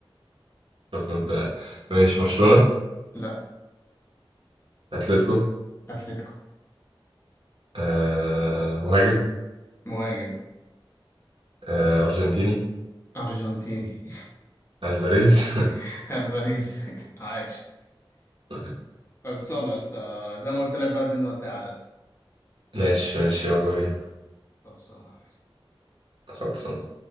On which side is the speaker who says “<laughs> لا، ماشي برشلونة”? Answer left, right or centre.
Right